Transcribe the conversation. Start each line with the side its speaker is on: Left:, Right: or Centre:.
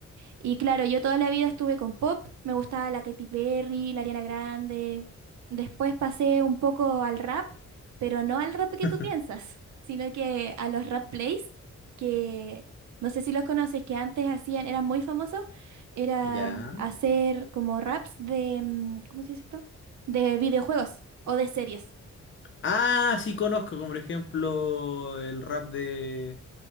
Right: Y claro, yo toda la vida estuve con pop, me gustaba la Katy Perry, la Ariana Grande. Después pasé un poco al rap, pero no al rap que
Left: <laughs>
Right: tú piensas, sino que a los rap plays, que no sé si los conoces, que antes hacían, eran muy famosos, era
Left: Ya.
Right: hacer como raps de, mm, ¿cómo se dice esto? De videojuegos o de series.
Left: Ah, sí conozco, como por ejemplo, el rap de